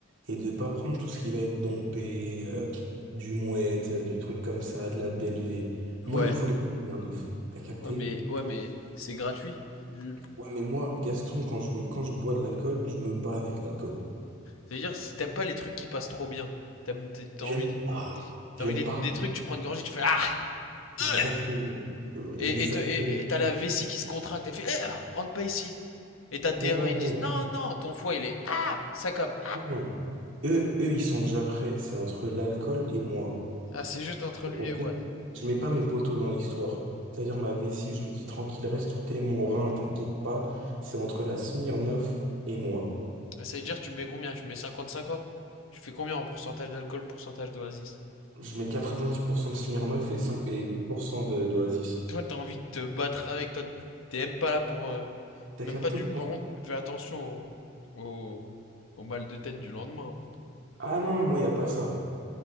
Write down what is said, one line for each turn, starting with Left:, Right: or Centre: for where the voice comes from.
Right: et de pas prendre tout ce qui va être dompé, euh, du mouette, euh, du truc comme ça, de la Bellevée.
Left: Ouais.
Right: Moi, il me faut de la Smirnoff. T'as capté?
Left: Ouais, mais, ouais, mais c'est gratuit, Jules.
Right: Ouais, mais moi, Gaston, quand je, quand je bois de l'alcool, je me bats avec l'alcool.
Left: C'est-à-dire, si t'aimes pas les trucs qui passent trop bien, t'aimes, t'es- t'as
Right: J'aime
Left: envie,
Right: pas. J'aime
Left: t'as envie des,
Right: pas.
Left: des trucs, tu prends une gorgée, tu fais ah!
Right: Exactement.
Left: euh
Right: Euh,
Left: Et,
Right: Exactement.
Left: et, toi- et- et t'as la vessie qui se contracte, t'as fait eh, rentre pas ici. Et t'as tes
Right: Non,
Left: reins, ils disent
Right: non,
Left: non, non, ton foie il est ah! Ça comme
Right: non. Eux, eux, ils sont déjà prêts. C'est entre l'alcool et moi.
Left: Ah, c'est juste entre
Right: Vous
Left: lui
Right: captez?
Left: et Watt.
Right: Je mets pas mes poteaux dans l'histoire. C'est-à-dire ma vessie, je lui dis tranquille, reste tout est mon rein, t'inquiète pas. C'est entre la Smirnoff et moi.
Left: Ça veut dire, tu mets combien? Tu mets cinquante cinquante Tu fais combien en pourcentage d'alcool, pourcentage d'oasis?
Right: Je mets 90% de Smirnoff et 5 et 10% de d'Oasis.
Left: Toi, t'as envie de te battre avec toi. T'es même pas là pour. euh,
Right: T'as
Left: Même
Right: capté
Left: pas du.
Right: ou pas?
Left: Par contre, fais attention au, au... au mal de tête du lendemain.
Right: Ah non, moi, y a pas ça.